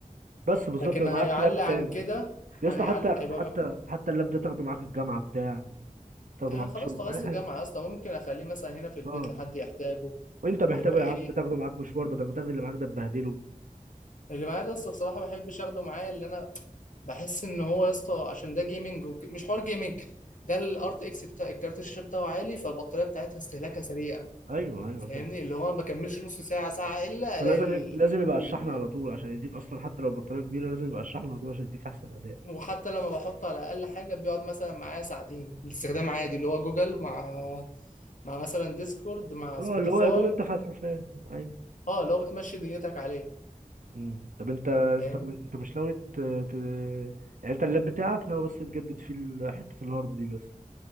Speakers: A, on the right; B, on the left.
A: بس بالظبط
B: لكن
A: يبقى
B: هيعلى
A: معاك لاب
B: عن
A: تاني
B: كده
A: يا
B: هيعلى
A: اسطى حتى
B: هيبقى
A: حتى
B: مح-
A: حتى اللاب ده تاخده معاك الجامعه بتاع تاخده
B: آه،
A: معاك
B: خلاص
A: شغل
B: خلاص
A: اي حاجه
B: الجامعة أصلا ممكن أخليه مثلا هنا في البيت
A: اه
B: لحد يحتاجه
A: وانت محتاجه
B: يبقى
A: يا
B: ايه
A: عم تاخده معاك مشوار بدل ما تاخد اللي معاك ده تبهدله
B: اللي معايا ده اسطى بصراحه ما بحبش اخده معايا اللي انا بحس ان هو يا اسطى عشان ده جيمنج وك... مش حوار جيمنج ده الار تي اكس بتاع الكارت الشاشه بتاعه عالي فالبطاريه بتاعتها استهلاكها سريع
A: ايوه ايوه
B: فاهمني
A: ف-
B: اللي هو ما بكملش نص ساعه ساعه الا
A: فلازم
B: الاقي الخط
A: لازم يبقى
B: بيطير
A: على الشحن على طول عشان يديك اصلا حتى لو بطاريه كبيره لازم يبقى على الشحن على طول عشان يديك احسن اداء
B: وحتى لما بحط على اقل حاجه بيقعد مثلا معايا ساعتين الاستخدام عادي اللي هو جوجل مع مع مثلا ديسكورد مع
A: اه
B: سبوتيفاي
A: اللي هو يا دوب انت فاتحه فاهم ايوه
B: اه اللي هو بتمشي دنيتك عليه
A: مم. طب انت انت
B: فاهم
A: انت مش ناوي ت... ت... يعني انت اللاب بتاعك ناوي بس تجدد فيه ال- حته الهارد دي بس